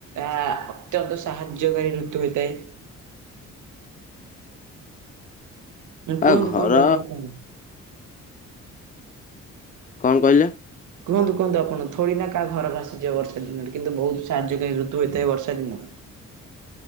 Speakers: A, on the right; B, on the left.
A: ଏହା ଅତ୍ୟନ୍ତ ସାହାଯ୍ୟକାରୀ ଋତୁ ହୋଇଥାଏ। କୁହନ୍ତୁ
B: ଆ ଘର
A: କୁହନ୍ତୁ, ଆପଣ କୁହନ୍ତୁ?
B: କଣ କହିଲେ?
A: କୁହନ୍ତୁ କୁହନ୍ତୁ ଆପଣ? ଥୋଡ଼ିନା କାହା ଘର ଭାସିଯିବ ବର୍ଷା ଦିନରେ? କିନ୍ତୁ ବହୁତ ସାହାଯ୍ୟକାରୀ ଋତୁ ହୋଇଥାଏ ବର୍ଷା ଦିନ।